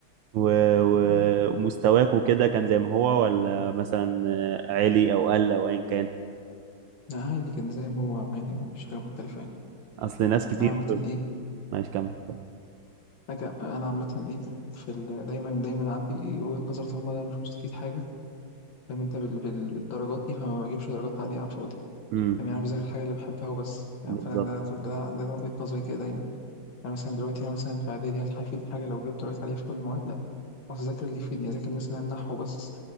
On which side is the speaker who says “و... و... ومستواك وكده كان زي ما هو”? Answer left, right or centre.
Right